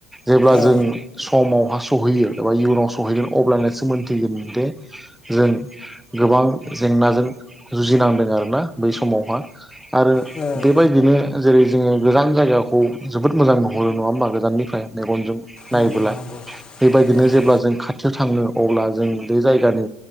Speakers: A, in the centre; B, on the left.
A: जेब्ला
B: औ
A: जों समाव हास सहैयो एबा इयुनाव सहैगोन अब्लानोसो मोनथिगोन दे जों गोबां जेंनाजों जुजिनांदों आरोना बै समावहा आरो
B: औ
A: बेबायदिनो जेरै जोङो गोजान जायगाखौ जोबोद मोजां नुहरो नङा होमबा गोजाननिफ्राय मेगनजों नायबोला
B: नंगौ नंगौ
A: बेबायदिनो
B: नंगौ
A: जेब्ला जों खाथियाव थाङो अब्ला जों बे जायगानि